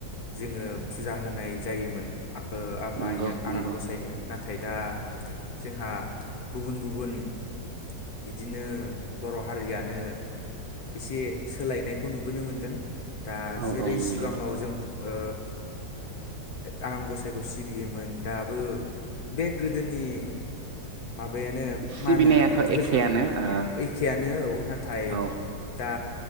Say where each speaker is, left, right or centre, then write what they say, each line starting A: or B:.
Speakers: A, on the left (about 60°); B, on the right (about 70°).
A: जोङो फुजा होनाय जायोमोन। आ ओ आफायिनो
B: नंगौ नंगौ
A: आनान गसायनो न नाथाय दा जोंहा गुबुन-गुबुन बिदिनो बर' हारियानो एसे सोलायनायखौ नुबोनो मोनदों‌। दा
B: औ
A: जेरै
B: औ नंगौ
A: सिगाङाव जों ओ आनान गसाइखौ सिबियोमोन दाबो बे गोदोनि माबायानो
B: सिबिनायाथ'
A: मा होनो
B: एखेयानो
A: एखेआनो
B: ओ
A: औ नाथाय
B: औ
A: दा